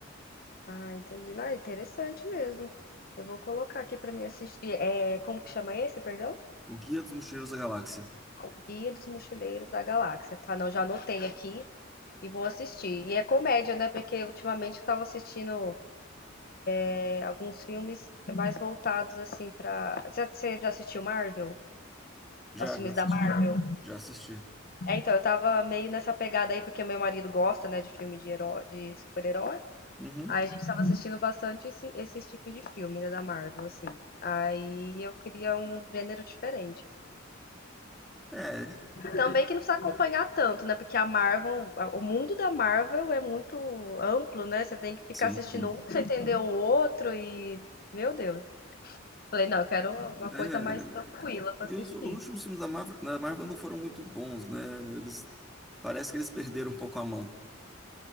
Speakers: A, on the left (about 50°); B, in the centre.
A: Ah, entendi. Não, é interessante mesmo. Eu vou colocar aqui pra mim assistir. É, como que chama esse, perdão?
B: O Guia dos Mochileiros da Galáxia.
A: O Guia dos Mochileiros da Galáxia. Tá, não, já anotei aqui. E vou assistir. E é comédia, né? Porque ultimamente eu tava assistindo é, alguns filmes mais voltados assim pra. Já- Você já assistiu Marvel?
B: Já,
A: Os filmes
B: já assisti.
A: da Marvel?
B: Já assisti.
A: É, então, eu tava meio nessa pegada aí, porque meu marido gosta, né, de filme de herói, de super-herói.
B: Uhum.
A: Aí a gente tava assistindo bastante esse- esses tipos de filme, né, da Marvel, assim. Aí eu queria um gênero diferente.
B: É,
A: Também que não precisa acompanhar tanto, né? Porque a Marvel, a- o mundo da Marvel é muito amplo, né? Você tem que ficar
B: sim,
A: assistindo
B: sim.
A: um pra você entender o outro e, meu Deus. Falei, não, eu quero uma
B: É,
A: coisa mais tranquila pra
B: e
A: assistir.
B: os, os últimos filmes da Marvel, da Marvel não foram muito bons, né? Eles, parece que eles perderam um pouco a mão.